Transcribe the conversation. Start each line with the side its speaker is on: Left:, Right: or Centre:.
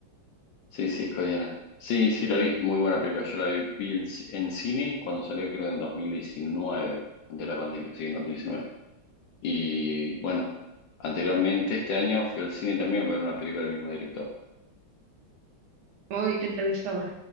Left: Sí, sí, es coreana. Sí, sí, la vi, muy buena película. Yo la vi, vi en, ci- en cine cuando salió, creo, en 2019, antes de la pandemia, sí, en 2019. Y bueno, anteriormente este año fui al cine también a ver una película del mismo director.
Right: Uy, ¿qué tal estaba?